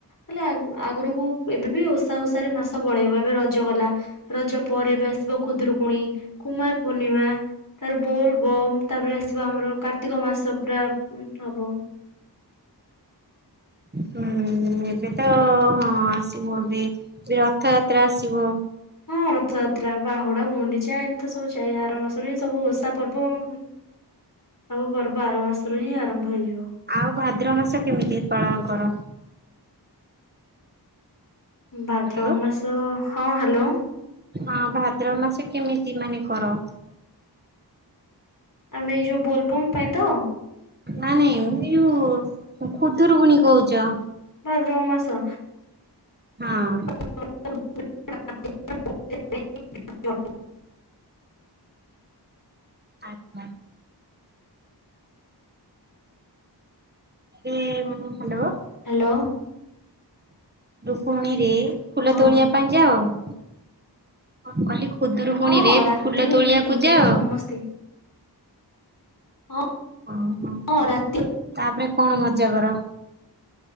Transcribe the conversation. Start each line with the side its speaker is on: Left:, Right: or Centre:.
Left: ହେଲେ ଆଗରୁକୁ ଏବେ ବି ଓଷା ଓଷାରେ ମାସ ପଳେଇବ ଏବେ ର ରଜ ଗଲା ରଜ ପରେ ବି ଆସିବ ଖୁଦରୁକୁଣୀ କୁମାର ପୂର୍ଣ୍ଣିମା ତାର ବୋଲ୍ ବମ୍ ତାପରେ ଆସିବା ଆମର କାର୍ତ୍ତିକ ମାସ ପୁର ହବ
Right: ହୁଁ ଏବେ ତ ହଁ ଆସିବ ଏବେ ଏ ରଥଯାତ୍ରା ଆସିବ।
Left: ହଁ ରଥଯାତ୍ରା ବାହୁଡା ଗୁଣ୍ଡିଚା ଏମିତି ସବୁ ଚା ଆର ମାସ ହିଁ ସବୁ ଓଷା ପର୍ବ ସବୁ ପର୍ବ ଆର ମାସରୁ ହିଁ ଆରମ୍ଭ ହେଇଯିବ।
Right: ଆଉ ଭାଦ୍ରବ ମାସ କେମିତି ପାଳନ କର?
Left: ଭାଦ୍ରବ
Right: ହ୍ୟାଲୋ
Left: ମାସ ହଁ ହ୍ୟାଲୋ।
Right: ହଁ ଭାଦ୍ରବ ମାସ କେମିତି ମାନେ କର?
Left: ଆମେ ଏଇ ଯଉ ବୋଲବମ୍ ପାଇଁ ତ?
Right: ନାଇଁ ନାଇଁ ମୁଁ ଯୋଉ ଖୁଦରୁ କୁଣି କହୁଛ।
Left: ଭଦ୍ର ମାସ
Right: ହଁ।
Left: <unintelligible>
Right: ହ ହ ଏ ହଲ।
Left: ହ୍ୟାଲୋ
Right: ରୁକୁଣୀରେ ଫୁଲ
Left: ହଁ
Right: ତୋଳିବା ପାଇଁ ଯାଅ। କଣ କିଲି ଖୁଦୁରୁକୁଣୀ
Left: ହଁ
Right: ରେ
Left: ରାତିରୁ
Right: ଫୁଲ ତୋଳିଆକୁ
Left: ଉଠି ଦିଟାରୁ
Right: ଯାଅ?
Left: ସମସ୍ତେ ହଁ
Right: ଓହୋ
Left: ହଁ ରାତି
Right: ତାପରେ କଣ ମଜା କର?